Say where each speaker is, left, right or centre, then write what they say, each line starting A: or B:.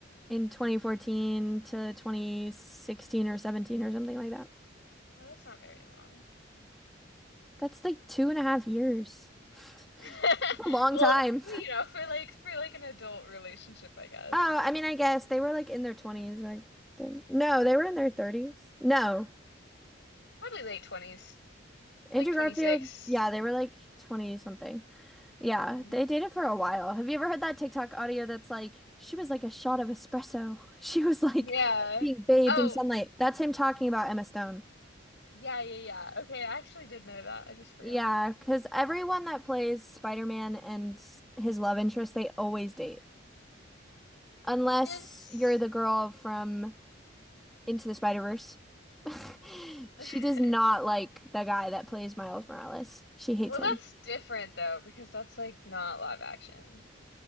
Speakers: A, in the centre; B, on the left (about 65°).
A: in 2014 to 2016 or 17 or something like that.
B: Oh, that's not very long.
A: That's like two and a half years. <laughs>
B: <laughs>
A: A long
B: well,
A: time.
B: you know, for like for like an adult relationship, I guess.
A: Oh, I mean, I guess they were like in their 20s back then. No, they were in their 30s. No.
B: Probably late 20s,
A: Andrew
B: like 26.
A: Garfield, yeah, they were like 20 something. Yeah,
B: hmm
A: they dated for a while. Have you ever heard that TikTok audio that's like, she was like a shot of espresso. <laughs> She was like
B: Yeah.
A: being bathed
B: Oh,
A: in sunlight. That's him talking about Emma Stone.
B: yeah, yeah, yeah. Okay, I actually did know that. I just forgot.
A: Yeah, because everyone that plays Spider-Man and his love interest, they always date. Unless
B: Is
A: you're the girl from Into the Spider-Verse. <laughs>
B: <laughs>
A: She does not like the guy that plays Miles Morales. She hates
B: Well,
A: him.
B: that's different though, because that's like not live action.